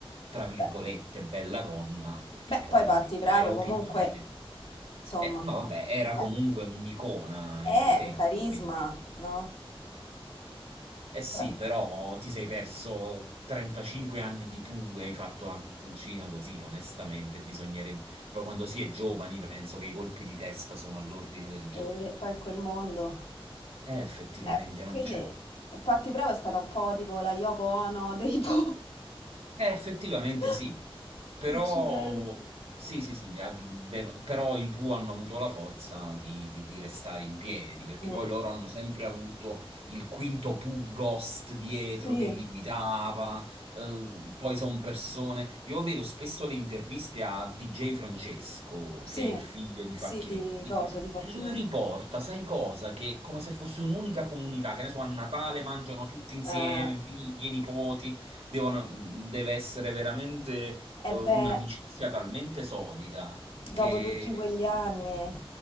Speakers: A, on the right; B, on the left.
A: tra virgolette,
B: Beh,
A: bella donna, perché
B: beh,
A: poi
B: poi Patti Bravo
A: è opinabile.
B: comunque, insomma,
A: Eh, no, vabbè, era
B: eh,
A: comunque un'icona
B: è
A: in quei tempi,
B: un carisma,
A: quindi...
B: no?
A: Eh sì,
B: Però-
A: però ti sei perso 35 anni di pure, hai fatto la canzoncina così, onestamente, bisognerebbe... Poi quando si è giovani penso che i colpi di testa sono all'ordine del
B: E
A: giorno.
B: poi in quel mondo.
A: Eh, effettivamente
B: Eh,
A: non
B: quindi
A: c'è.
B: Patti Bravo è stata un po' tipo la Yoko Ono dei Po.
A: Eh, effettivamente
B: <laughs>
A: sì, però,
B: Se ci pensi.
A: sì, sì, sì, ha- dev- però i Pooh hanno avuto la forza di, di- di restare in piedi, perché
B: Mm,
A: poi loro hanno sempre avuto il quinto Pooh Ghost dietro
B: Sì,
A: che li guidava, ehm, poi sono persone... Io vedo spesso le interviste a DJ Francesco,
B: sì,
A: che è il figlio di
B: sì,
A: Facchinetti,
B: di cosa, di Facchini.
A: e lui riporta, sai cosa? Che è come se fosse un'unica comunità, che ne so, a Natale mangiano tutti insieme,
B: Eh,
A: figli, nipoti devono- deve essere veramente eh,
B: e
A: un'amicizia
B: beh,
A: talmente solida
B: dopo
A: che
B: tutti quegli anni...